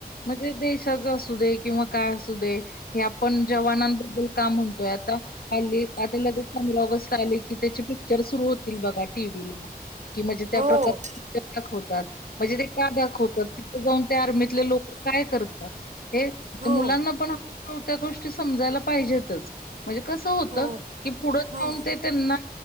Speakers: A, on the left (about 65°); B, on the right (about 45°).
A: म्हणजे देशाच असू दे किंवा काय असू दे. हे आपण जवानांबद्दल का म्हणतोय आता, हल्ली आता लगेच पंधरा ऑगस्ट आले की त्यांचे पिक्चर सुरू होतील बघा टीव्हीला. कि म्हणजे त्या
B: हो
A: प्रकारे - पिक्चर दाखवतात म्हणजे ते का दाखवतात, तिथे जाऊन ते आर्मीतले लोक काय करतात. हे तर
B: हो
A: मुलांना पण त्या्या गोष्टी समजायला पाहिजेतच. म्हणजे कसं होत
B: हो हो
A: की पुढं जाऊन
B: हो
A: ते त्यांना